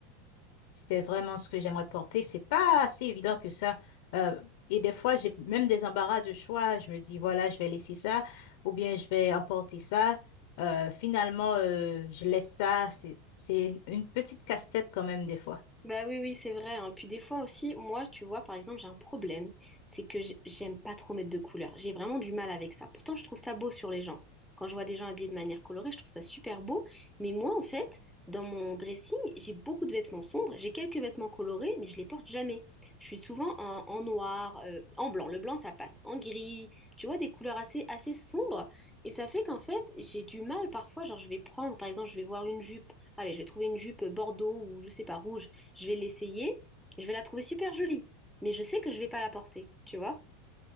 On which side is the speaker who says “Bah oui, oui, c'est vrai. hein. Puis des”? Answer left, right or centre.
Centre